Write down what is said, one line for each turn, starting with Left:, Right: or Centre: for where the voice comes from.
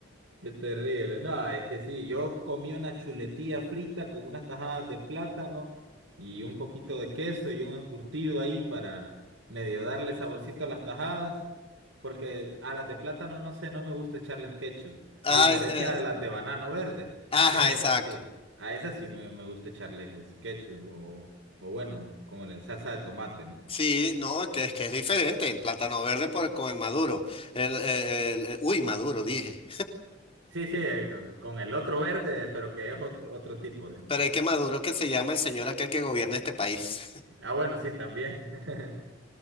Right: Qué terrible. No, es que sí, yo comí una chuletilla frita con unas tajadas de plátano y un poquito de queso y un encurtido ahí para medio darle saborcito a las tajadas, porque a las de plátano no sé, no me gusta echarles ketchup,
Left: Ah,
Right: a diferencia
Left: eh,
Right: de las de banano verde,
Left: ajá,
Right: que
Left: exacto.
Right: es así. A esas sí me, me gusta echarles ketchup o, o bueno, como la salsa de tomate, ¿no?
Left: Sí, no, que es que es diferente el plátano verde por- con el maduro. El, eh, el- eh, uy, maduro, dije.
Right: Sí, sí, eh, con, con el otro verde, pero que es ot- otro tipo de.
Left: Pero es que maduro es que se llama el señor aquel que gobierna este país.
Right: Ah, bueno, sí, también. <laughs>